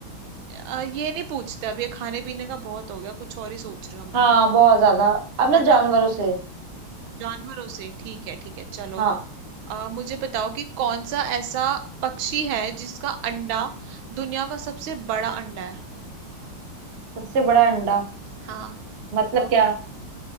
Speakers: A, on the right; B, on the right.
A: अ, ये नहीं पूछते अब ये खाने पीने का बहुत हो गया कुछ और ही सोच रही हूँ मैं
B: हाँ बहुत ज्यादा अब ना
A: है ना
B: जानवरों से
A: जानवरों से ठीक है ठीक है चलो
B: हाँ
A: आ, मुझे बताओ कि कौन सा ऐसा पक्षी है जिसका अंडा दुनिया का सबसे बड़ा अंडा है
B: सबसे बड़ा अंडा
A: हाँ
B: मतलब
A: बताओ।
B: क्या